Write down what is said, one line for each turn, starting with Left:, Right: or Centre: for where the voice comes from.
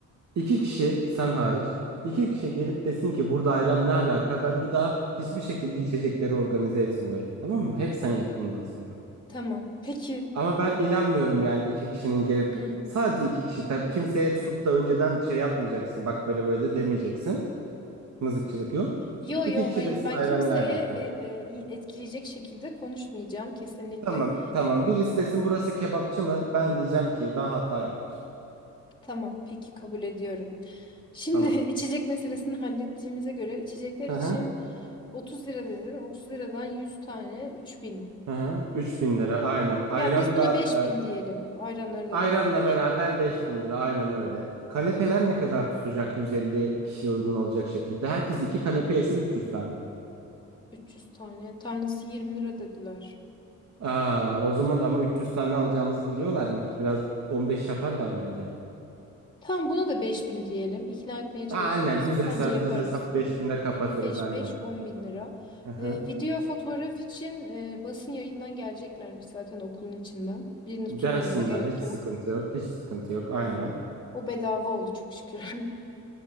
Right: İki kişi sen hariç. İki kişi gelip desin ki burada ayran ne alaka? Ben bir daha hiçbir şekilde içecekleri organize etmiyorum. Tamam mı? Hep sen yap bundan sonra.
Left: Tamam. Peki.
Right: Ama ben inanmıyorum yani iki kişinin gelip
Left: <clears throat>
Right: sadece iki kişi tabii kimseye tutup da önceden şey yapmayacaksın. Bak böyle böyle de demeyeceksin. Mızıkçılık yok.
Left: Yo
Right: İki
Left: yo
Right: kişi
Left: hayır.
Right: desin
Left: Ben
Right: ayran
Left: kimseye
Right: ne alaka?
Left: e, e, etkileyecek şekilde konuşmayacağım kesinlikle.
Right: Tamam tamam birisi desin burası kebapçı mı? Ben diyeceğim ki ben hata yapmışım.
Left: Tamam. Peki kabul ediyorum. Şimdi
Right: Tamam.
Left: <laughs> içecek meselesini hallettiğimize göre içecekler
Right: Hı
Left: için
Right: hı.
Left: 30 lira dedin. 30 liradan 100 tane 3000.
Right: Hı hı. 3000 lira aynen. Ayran
Left: Ya biz buna
Right: da
Left: beş
Right: e,
Left: bin diyelim ayranları da
Right: ayranla
Left: beraber.
Right: beraber beş bin lira aynen öyle. Kanepeler ne kadar tutacak 150 kişiye uygun olacak şekilde? Herkes iki kanepe yese 300 tane.
Left: 300 tane. Tanesi 20 lira dediler.
Right: Aa, o zaman ama 300 tane alacağımızı biliyorlar mı ki? Biraz 15 yaparlar bence.
Left: Tamam buna da 5000 diyelim. İkna etmeye çalışırız.
Right: Aynen düz hesap
Left: Bence yaparız.
Right: düz hesap 5000'e kapatırız
Left: 5
Right: aynen.
Left: 5 10 bin lira.
Right: Aha.
Left: Ee, video fotoğraf için e, basın yayından geleceklermiş zaten okulun içinden. Birini
Right: Gelsinler
Left: tutmamıza gerek
Right: hiç
Left: yok.
Right: sıkıntı yok. Hiç sıkıntı yok aynen.
Left: O bedava oldu çok şükür. <laughs>